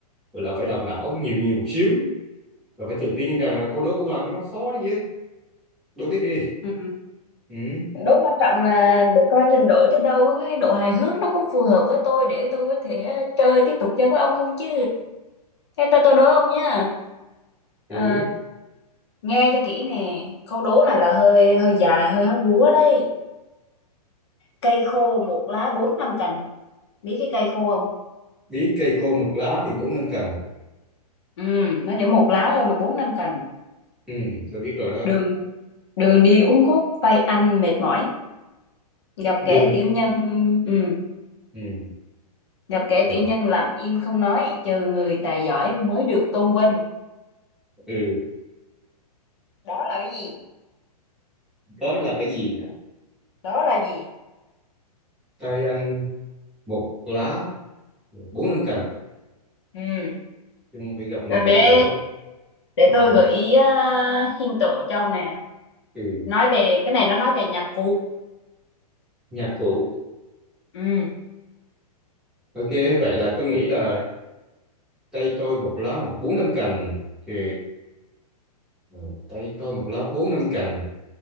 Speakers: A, in the centre; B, on the left (about 40°).
A: gọi là phải đọc não nhiều nhiều một xíu rồi phải tự tin rằng là câu đố của bạn nó khó đấy chứ đố tiếp đi
B: Ừ.
A: ừ.
B: Đố quan trọng là để coi trình độ tới đâu, cái độ hài hước nó có phù hợp với tôi để tôi có thể chơi tiếp tục chơi với ông không chứ. Thế tôi tôi đố ông nhá.
A: thử
B: Ờ, nghe cho kỹ nè, câu đố này là hơi hơi dài, hơi hóc búa đấy. Cây khô một lá bốn năm cành, biết cái cây khô không?
A: biết cây khô một lá thì bốn năm cần
B: Ừ, nó chỉ một lá thôi mà bốn năm cành.
A: ừ. tôi biết rồi đó
B: Đường đường đi uốn khúc, tay anh mệt mỏi. gặp
A: đường
B: kẻ tiểu nhân ừ,
A: ừ.
B: gặp kẻ
A: rồi
B: tiểu nhân làm im không nói chờ người tài giỏi mới được tôn vinh
A: ừ.
B: đó là cái gì
A: đó là cái gì hả
B: đó là gì
A: tay anh một lá bốn năm cần
B: ừ.
A: nhưng phải gặp người
B: rồi
A: tài
B: để
A: giỏi
B: để tôi
A: ừ.
B: gợi ý uh, hint tổ cho ông nè
A: ừ.
B: nói về cái này nó nói về nhạc cụ
A: nhạc cụ
B: ừ.
A: ok vậy là tôi nghĩ là tay tôi một lá bốn năm cành thì ừ, tay tôi một lá bốn năm cành